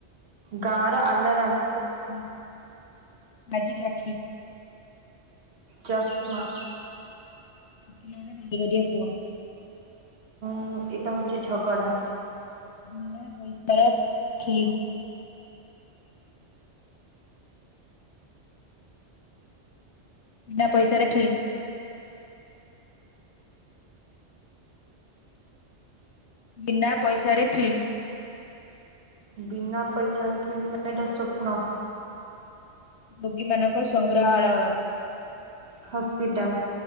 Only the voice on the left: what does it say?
ହୁଁ ଆଜି <unintelligible>
ଓକିଲର ରୋଜ୍ ଗାରିଆ ପୁଅ।
ବିନା ପଇସାର ଫିଲ୍ମ୍। ବିନା ପଇସାରେ ଫିଲ୍ମ। ବିନା ପଇସାରେ ଫିଲ୍ମ।
ଭୋଗୀ ମାନଙ୍କ ସଂଗ୍ରାହାଳୟ।